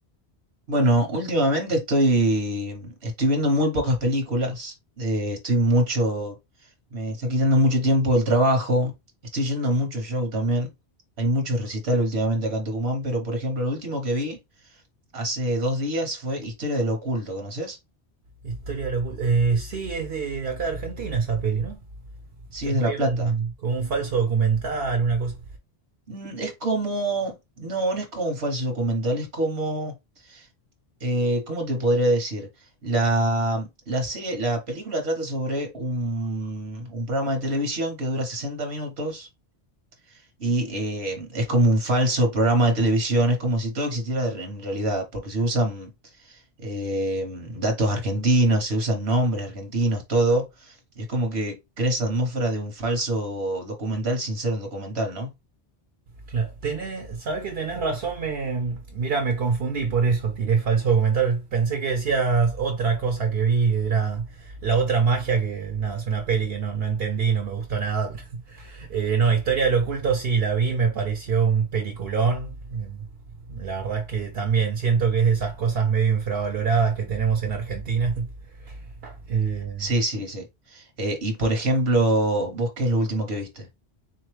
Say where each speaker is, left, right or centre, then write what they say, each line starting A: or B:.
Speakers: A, on the right (about 80°); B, on the right (about 70°).
A: Bueno, últimamente estoy, estoy viendo muy pocas películas, eh, estoy mucho, me está quitando mucho tiempo del trabajo, estoy yendo a muchos shows también, hay muchos recitales últimamente acá en Tucumán, pero por ejemplo, el último que vi hace dos días fue Historia del Oculto, ¿conoces?
B: Historia de la ocul- eh, sí, es de, de acá de Argentina esa peli, ¿no?
A: Sí,
B: Que
A: es
B: es
A: de
B: medio
A: La Plata.
B: un- como un falso documental, una cosa
A: Mm, Es como, no, no es como un falso documental, es como eh, ¿cómo te podría decir? La, la serie, la película trata sobre un, un programa de televisión que dura 60 minutos y eh, es como un falso programa de televisión, es como si todo existiera de- en realidad, porque se usan eh, datos argentinos, se usan nombres argentinos, todo. y es como que crea esa atmósfera de un falso documental sin ser un documental, ¿no?
B: Claro. Tenés- sabes que tenés razón, me, mira, me confundí, por eso tiré falso documental. Pensé que decías otra cosa que vi, que era la otra magia, que nada, es una peli que no, no entendí, no me gustó nada. <laughs> Eh, no, Historia del Oculto sí, la vi, me pareció un peliculón. Eh, La verdad es que también siento que es de esas cosas medio infravaloradas que tenemos en Argentina. <laughs> Eh,
A: Sí, sí, sí. Eh, y por ejemplo, ¿vos qué es lo último que viste?